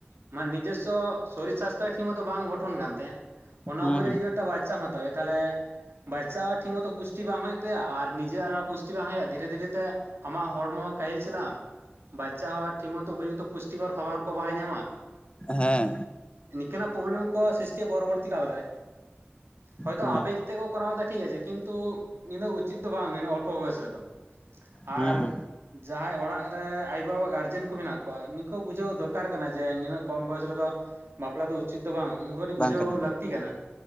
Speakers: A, on the right; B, on the left.
A: ᱢᱟᱱᱮ ᱱᱤᱡᱮᱥ ᱱᱤᱡᱮᱥᱚ ᱥᱚᱨᱤᱨ ᱥᱟᱥᱛᱷᱚ ᱴᱷᱤᱠ ᱢᱚᱛᱚ ᱵᱟᱝ ᱜᱚᱴᱷᱚᱱ ᱠᱟᱱ ᱛᱟᱭᱟ ᱚᱱᱟ
B: ᱦᱩᱸ
A: ᱩᱢᱮᱨ ᱨᱮ
B: ᱦᱩᱸ
A: ᱡᱚᱫᱤ ᱢᱤᱫᱴᱟᱝ ᱵᱟᱪᱟᱢ ᱦᱟᱛᱟᱣᱟ ᱛᱟᱦᱚᱞᱮ ᱵᱟᱪᱪᱟᱣ ᱴᱷᱤᱠ ᱢᱚᱛᱚ ᱯᱩᱥᱴᱤ ᱵᱟᱝ ᱦᱩᱭᱩᱜᱜ ᱛᱟᱭᱟ ᱟᱨ ᱱᱤᱡᱮᱨᱟᱜ ᱦᱚᱸ ᱯᱩᱥᱴᱤ ᱵᱟᱝ ᱦᱩᱭᱩᱜᱼᱟ᱾ ᱫᱷᱤᱨᱮ ᱫᱷᱤᱨᱮ ᱛᱮ ᱟᱢᱟᱜ ᱦᱚᱲᱢᱚ ᱠᱟᱹᱦᱤᱞ ᱪᱟᱞᱟᱜ ᱟᱢ ᱵᱟᱪᱪᱟ ᱦᱚᱸ ᱴᱷᱤᱠ ᱢᱚᱛᱚ ᱩᱯᱚᱡᱩᱠᱛᱚ ᱯᱩᱥᱴᱤᱠᱚᱨ ᱠᱷᱟᱵᱟᱨ ᱠᱚ ᱵᱟᱭ ᱧᱟᱢᱟ᱾
B: ᱦᱮᱸ
A: ᱱᱤᱝᱠᱟᱱᱟᱜ ᱯᱨᱚᱵᱞᱮᱢ ᱠᱚ ᱯᱚᱨᱚᱵᱚᱨᱛᱤ ᱠᱟᱞ ᱨᱮ ᱦᱚᱳᱭᱛᱚ
B: ᱦᱩᱸ
A: ᱟᱵᱮᱜ ᱛᱮᱠᱚ ᱠᱚᱨᱟᱣ ᱫᱟ ᱴᱷᱤᱠ ᱟᱪᱷᱮ ᱠᱤᱱᱛᱩ ᱩᱪᱤᱛ ᱫᱚ ᱵᱟᱝ ᱚᱞᱯᱚ ᱵᱚᱭᱮᱥ ᱨᱮᱫᱚ ᱟᱨ
B: ᱦᱩᱸ ᱦᱩᱸ
A: ᱡᱟᱦᱟᱸᱭ ᱚᱲᱟᱜ ᱨᱮ ᱟᱭᱳ-ᱵᱟᱵᱟ ᱜᱟᱨᱡᱮᱱ ᱠᱚ ᱢᱮᱱᱟᱜ ᱠᱚᱣᱟ ᱱᱤᱠᱩ ᱵᱩᱡᱷᱟᱹᱣ ᱫᱚᱨᱠᱟᱨ ᱠᱟᱱᱟ ᱡᱮ ᱱᱤᱱᱟᱹᱜ ᱠᱚᱢ ᱵᱚᱭᱮᱥ ᱨᱮᱫᱚ ᱵᱟᱯᱞᱟ ᱫᱚ ᱩᱪᱤᱛ ᱫᱚ ᱵᱟᱝ ᱩᱱᱠᱩ ᱟᱹᱰᱤᱴᱤᱡ ᱵᱩᱡᱷᱟᱹᱣ
B: ᱵᱟᱝ ᱠᱟᱱᱟ
A: ᱞᱟᱹᱠᱛᱤ ᱠᱟᱱᱟ